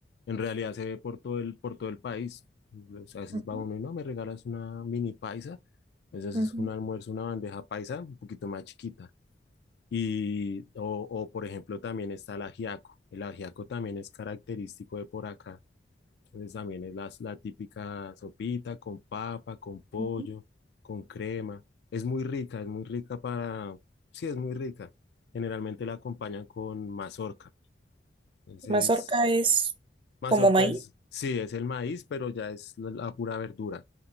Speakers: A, on the left; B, on the right.
A: en realidad se ve por todo el, por todo el país. A veces
B: Ujú,
A: va uno y no, me regalas una mini paisa. Entonces
B: ujú,
A: es un almuerzo, una bandeja paisa un poquito más chiquita. Y, o, o, por ejemplo, también está el ajiaco. El ajiaco también es característico de por acá. Entonces también es la, la típica sopita con papa, con pollo,
B: ujú.
A: con crema. Es muy rica, es muy rica para... Sí, es muy rica. Generalmente la acompañan con mazorca. Entonces,
B: Mazorca es
A: mazorca
B: como maíz.
A: es, sí, es el maíz, pero ya es la, la pura verdura.